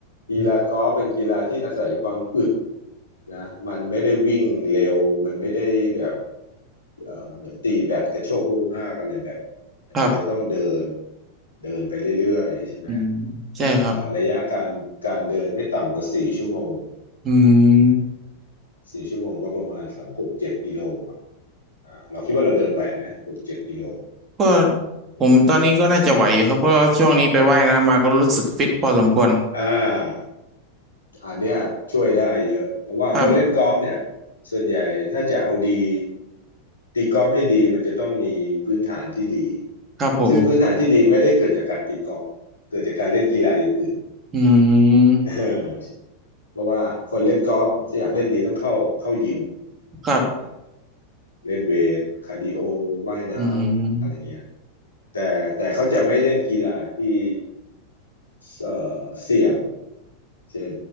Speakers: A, on the left; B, on the right.
A: กีฬากอล์ฟเป็นกีฬาที่อาศัยความอึดนะมันไม่ได้วิ่งเร็วมันไม่ได้แบบ เอ่อเหมือนตีแบดกระโชกฮู้ฮากอะไรแบบแต่มันจะต้องเดิน
B: ครับ
A: เดินไปเรื่อยๆใช่ไหม
B: อืมใช่ครับ
A: เอ่อระยะการการเดินไม่ต่ำกว่าสี่ชั่วโมง
B: อืม
A: สี่ชั่วโมงก็ประมาณสักหกเจ็ดกิโลอะอ่าเราคิดว่าเราเดินไหวไหมหกเจ็ดกิโล
B: ก็
A: อืม
B: ผมตอนนี้ก็น่าจะไหวอยู่ครับเพราะว่าช่วงนี้ไปว่ายน้ำมาก็รู้สึกฟิตพอสมควร
A: อ่าอันเนี้ยช่วยได้เยอะเพราะว่าคนเล่นกอล์ฟเนี่ย
B: ครับ
A: ส่วนใหญ่ถ้าจะเอาดีตีกอล์ฟให้ดีมันจะต้องมีพื้นฐานที่ดี
B: ครับผม
A: ซึ่งพื้นฐานที่ดีไม่ได้เกิดจากการตีกอล์ฟเกิดจากการเล่นกีฬาอย่างอื่น
B: อืม
A: เออเพราะว่าคนเล่นกอล์ฟจะอยากเล่นดีต้องเข้าเข้ายิม
B: ครับ
A: อ่าเล่นเวทคาร์ดิโอว่ายน้ำอะไรเงี้ย
B: อืม
A: แต่แต่เขาจะไม่เล่นกีฬาที่เอ่อเสี่ยงเช่น